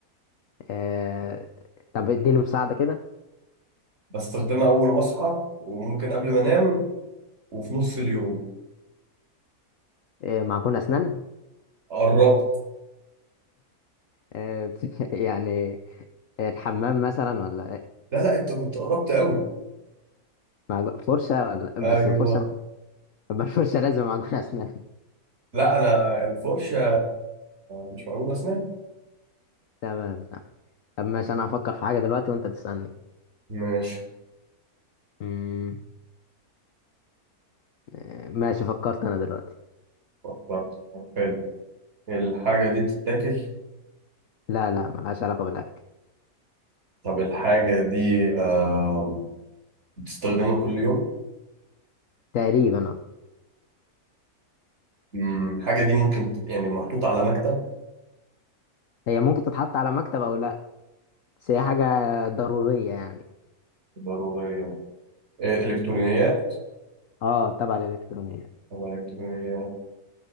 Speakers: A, on the left; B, on the right.
A: آه، طب اديني مساعده كده
B: بستخدمها أول ما أصحى وممكن قبل ما أنام وفي نص اليوم
A: آه، معجون اسنان
B: قربت
A: آه، بت- <laughs> يعني الحمام مثلا ولا إيه؟
B: لا لا أنت كنت قربت قوي
A: معج- فرشة ولا
B: أيوه
A: بس الفرشة <laughs> ما الفرشة لازم معجون <laughs> أسنان
B: لا أنا الفرشة مش موجودة أسنان
A: تمام تمام طب ماشي أنا هفكر في حاجة دلوقتي وأنت تسألني
B: ماشي
A: أمم، آه، ماشي فكرت أنا دلوقتي
B: فكرت طب حلو الحاجة دي بتتاكل
A: لا لا ملهاش علاقة بالأكل
B: طب الحاجة دي آه بتستخدمها كل يوم
A: تقريبا أه
B: مم، الحاجة دي ممكن تبقى يعني محطوطة على مكتب
A: هي ممكن تتحط على مكتب أو لا بس هي حاجة ضرورية يعني
B: ضرورية إيه، إلكترونيات
A: أه تبع الإلكترونية
B: طبعاً الكترونية